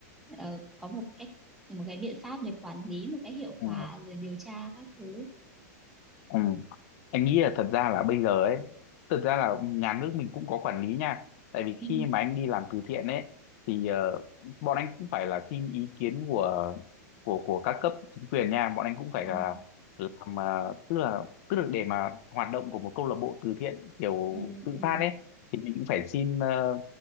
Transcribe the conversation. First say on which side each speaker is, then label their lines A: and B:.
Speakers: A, in the centre; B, on the left.
A: ờ, có một cách một cái biện pháp để quản lý một cách hiệu
B: ừ,
A: quả rồi điều tra các thứ.
B: ừ. anh nghĩ là thật ra là bây giờ ấy thật ra là nhà nước mình cũng có quản lý nha tại vì
A: Ừ.
B: khi mà anh đi làm từ thiện ấy thì ờ, bọn anh cũng phải là xin ý kiến của của của các cấp chính quyền nha bọn anh cũng phải
A: À.
B: là làm ờ, tức là tức là để mà hoạt động của một câu lạc bộ từ thiện kiểu
A: Ừ
B: tự
A: ừ
B: phát ấy thì mình cũng phải xin ờ,